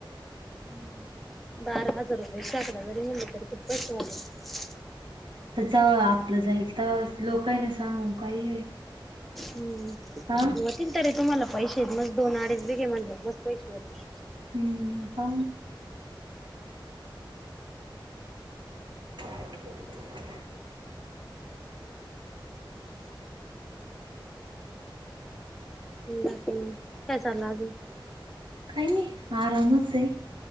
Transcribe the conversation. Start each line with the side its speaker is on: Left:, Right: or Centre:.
Right: हम्म
Centre: बारा हजार रुपयाे शेकडा जरी मिणला तरी कितपस वा
Right: तर च आपलं जाईल तर लोकही ना सांगून काही आहे
Centre: हम्म
Right: हा
Centre: होतील तरी तुम्हाला पैसे म दोन अडीच बघे म्हणलं मस् पैसे होतील
Right: हम्म पा <inaudible>
Centre: बाकी मग काय चाला अजून
Right: खायनी आरामचे